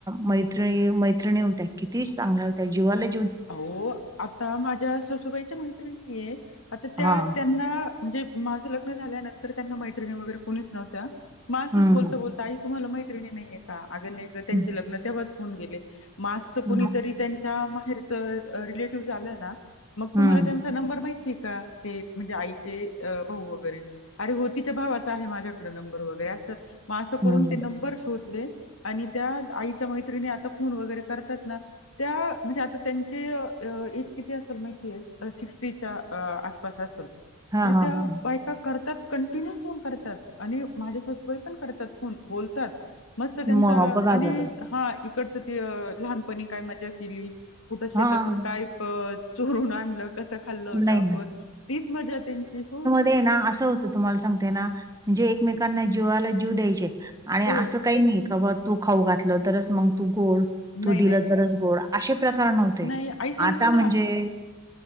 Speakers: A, on the right; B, on the left.
A: मैत्रिणी-मैत्रिणी होत्या, किती चांगल्या होत्या, जिवले
B: अहो आता माझ्या ससुबाईच्या मैत्रिणी ये, आता त्या
A: हां.
B: त्यांना म्हणजे माझं लग्न झाल्यानंतर त्यांना मैत्रिणी वगैरे कोणीच नव्हत्या, म असंच
A: हं.
B: बोलता-बोलता आई तुम्हाला मैत्रिणी नहीेये का? अग नहीं गं त्यांचे
A: हं.
B: लग्न तेव्हाच होऊन गेले, म अस त
A: हं.
B: कुणीतरी त्यान च्या माहेरचं रेलॅटिव्ह आलं ना, मग तुम्हाला
A: हं.
B: त्यान चा नंबर माहितीय का ते, म्हणजे आईचे भाऊ वगैरे? आरे हो तीच्या भावाचा आहे माझ्याकड नंबर वगैरे, असं म असं करून
A: हं.
B: ते नंबर शोधले. आणि त्या आईच्या मैत्रिणी आता फोन वगैरे करतात ना, त्या म्हणजे आता त्यांचे अ एज किती असेल माहितीय? अ सिक्स्टीच्या अ-आसपास असल.
A: हां,
B: तरी
A: हां,
B: त्या
A: हां.
B: बायका करतात कंटिन्यू फोन करतात आणि माझ्या सासूबाई पण करतात, फोन बोलतात. मस्त त्यांचा
A: मग बघा
B: आणि
A: बरं.
B: हां इकडचं ते लहानपणी काय मजा केली. कुठं शेतातूंन
A: हां.
B: कायं पणं चोरूंन आणलं कसं खाल्लं होतं
A: नाही
B: आपणं तीचं मज्जा त्यांची हो
A: ते नां असं होतं तुम्हांला सांगते नां म्हणंजे एकमेकांना जीवाला जीव द्यांयचे आणि
B: हो
A: असं कांहीं नाहीं कां तूं खाऊं घातलं तरचं मंग तूं गोंड तूं
B: नाही
A: दिलं
B: नाही नाही
A: तरचं गोंड असे प्रकार नव्हते
B: नाही आई सांगते
A: आंता म्हणजे